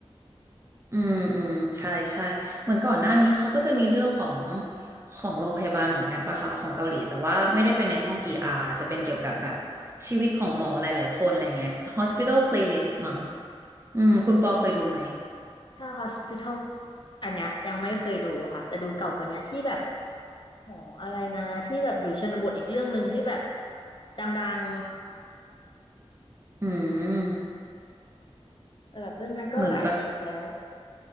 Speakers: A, on the right; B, on the left.
A: อืมอืมใช่ใช่เหมือนก่อนหน้านี้เขาก็จะมีเรื่องของของโรงพยาบาลเหมือนกันปะคะของเกาหลีแต่ว่าไม่ได้เป็นในห้อง ER จะเป็นเกี่ยวกับแบบชีวิตของหมอหลายๆคนอะไรเงี้ย Hospital Playlist มั้งอืมคุณปอเคยดูไหม
B: ถ้า Hospital อันเนี้ยยังไม่เคยดูค่ะแต่ดูเก่ากว่าเนี้ยที่แบบหมออะไรนะที่แบบอยู่ชนบทอีกเรื่องหนึ่งที่แบบดัง
A: อืม
B: ๆแต่แบบเรื่องนั้นก็หลายปีแล้ว
A: เหมือนไป